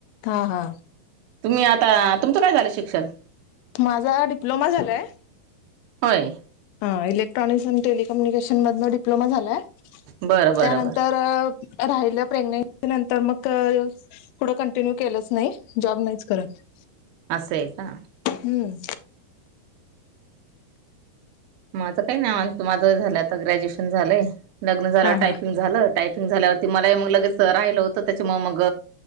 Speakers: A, on the left; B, on the right.
A: हा, हा.
B: तुम्ही आता. तुमचं काय झालं शिक्षण?
A: माझा डिप्लोमा झालाय.
B: होय.
A: ह. इलेक्ट्रॉनिक्स अन् टेलिकम्युनिकेशन मधन डिप्लोमा झालाय.
B: बरं बरं
A: त्यानंतर
B: बरं
A: राहिल, प्रेग्नेन्सी नंतर मग पुढं कंटिन्यू केलंच नाही. जॉब नाहीच करत.
B: असंय का?
A: हम्म.
B: आता काय नाही. माझं झालं, आता ग्रॅज्युएशन झालंय. लग्न झाल्यावर
A: हा
B: टायपिंग
A: हा.
B: झालं. टायपिंग झाल्यावर मलाही मग लगेच राहिलं होतं. त्याच्यामु मग